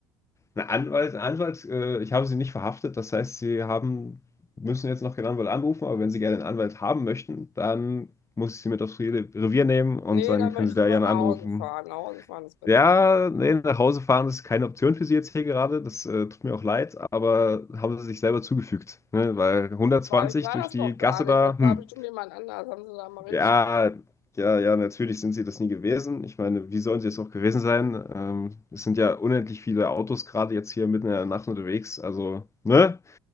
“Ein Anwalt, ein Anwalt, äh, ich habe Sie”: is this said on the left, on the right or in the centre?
Left